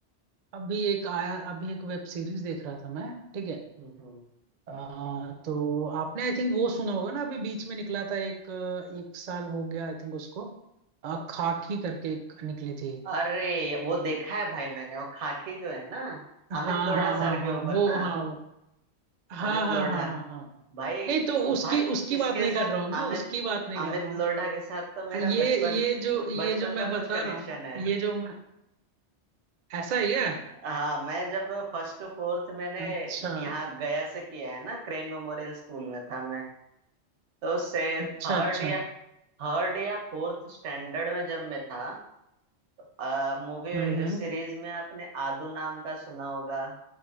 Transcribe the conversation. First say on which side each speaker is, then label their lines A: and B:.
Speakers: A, on the right; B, on the right.
A: अभी एक आया अभी एक वेब सीरीज देख रहा था मैं ठीक है
B: हम्म
A: आ, तो आपने आई थिंक वो सुना होगा ना अभी बीच में निकला था एक एक साल हो गया आई थिंक उसको अ, खाकी करके एक निकली थी
B: अरे वो देखा है भाई मैंने वो खाकी जो है ना अमित
A: हाँ
B: लोढ़ा
A: हाँ हाँ
B: सर
A: हाँ हाँ,
B: के ऊपर
A: वो
B: ना
A: हाँ वो हाँ
B: अमित
A: हाँ
B: लोढ़ा
A: हाँ हाँ हाँ
B: भाई
A: नहीं तो उसकी
B: भाई
A: उसकी
B: इसके
A: बात नहीं
B: साथ
A: कर रहा हूँ मैं
B: अमित
A: उसकी बात नहीं
B: अमित
A: कर रहा
B: लोढ़ा
A: हूँ
B: के साथ तो मेरा
A: ये
B: बचपन
A: ये जो ये
B: बचपन
A: जो मैं
B: का कुछ
A: बता
B: कनेक्शन
A: रहा हूँ ना
B: है
A: ये जो मैं ऐसा ही है
B: हाँ मैं जब फर्स्ट टू फोर्थ मैंने
A: अच्छा
B: यहाँ गया से किया है ना क्रेन मेमोरियल स्कूल में था मैं तो से
A: अच्छा
B: थर्ड
A: अच्छा
B: या थर्ड या फोर्थ स्टैंडर्ड में जब मैं था आ, मूवी
A: हम्म हम्म
B: सीरीज में आपने आदू नाम का सुना होगा